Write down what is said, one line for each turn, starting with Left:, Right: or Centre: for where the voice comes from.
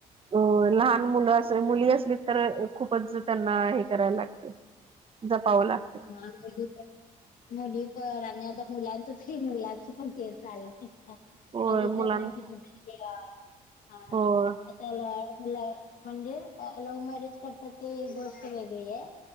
Right: अ, लहान मुलं असं मुली असली, तर खूपच त्यांना, हे करायला लागत. जपाव लाग
Left: हां, आमच्या तिथं मुली पण आणि आता मुलांचच की, मुलांच पण ते चाललंय <unintelligible>
Right: होय
Left: बघितलंत
Right: मुलांना
Left: ना किती तरी <unintelligible> त्याला
Right: होय
Left: ह्याला, म्हणजे लव्ह मॅरेज करतात, ती एक गोष्ट वेगळी ये.